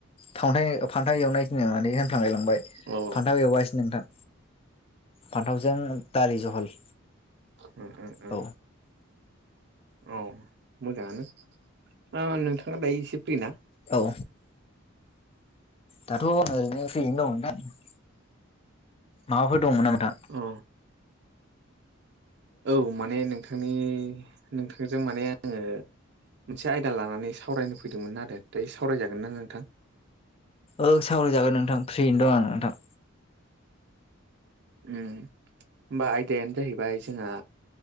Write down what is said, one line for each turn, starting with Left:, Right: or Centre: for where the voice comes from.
Left: थावथाय फान्थाव एवनायसोनो माने होनफ्लांलायलांबाय
Right: अ ओ
Left: फान्थाव एवगासिनो नोंथां फान्थावजों दालि जहल
Right: उम उम उ
Left: औ
Right: औ मोजाङानो ओ नोंथाङा दायो एसे फ्रिना?
Left: औ दाथ' आंङो ओरनो फ्रियैनो दंमोन ओंथां। माबाफोर दंमोन नामा नोथां?
Right: अ औ माने नों नोंथांनि नोंथांजों माने आङो मोनसे आयदा लानानै सावरायनो फैदोंमोन आरो दायो सावरायजागोन ना नोंथां?
Left: ओ सावराय जागोन नोंथां फ्रियैनो दं आं नोंथां।
Right: ओ होमबा आयदायानो जाहैबाय जोंहा